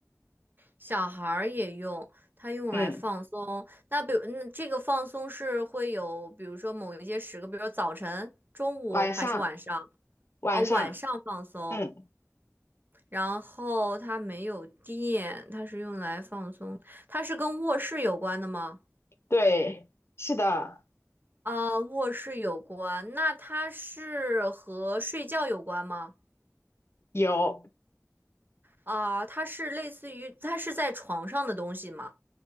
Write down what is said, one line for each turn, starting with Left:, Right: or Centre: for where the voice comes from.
Right: 小孩儿也用，它用来放松。
Left: 嗯，
Right: 那比如，那这个放松是会有，比如说某一些时刻，比如说早晨、中午还是晚上？
Left: 晚上晚上，
Right: 哦，晚上放松。
Left: 嗯，
Right: 然后它没有电，它是用来放松。它是跟卧室有关的吗？
Left: 对，是的，
Right: 啊，卧室有关。那它是和睡觉有关吗？
Left: 有，
Right: 啊，它是类似于，它是在床上的东西吗？